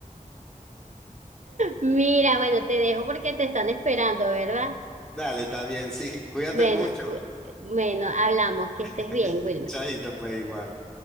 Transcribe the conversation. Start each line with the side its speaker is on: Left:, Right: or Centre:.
Right: Mira, bueno, te dejo porque te están esperando, ¿verdad?
Centre: Dale, está bien, sí. Cuídate
Right: Bueno,
Centre: mucho.
Right: fu- bueno, hablamos, que estés
Centre: <laughs>
Right: bien, Wilmer.
Centre: Chaito, pues igual.